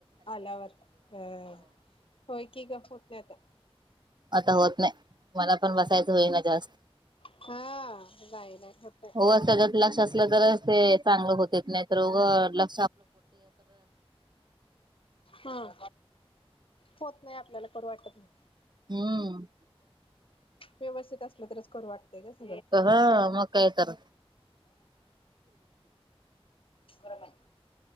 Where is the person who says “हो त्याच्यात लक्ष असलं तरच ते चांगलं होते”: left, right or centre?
Right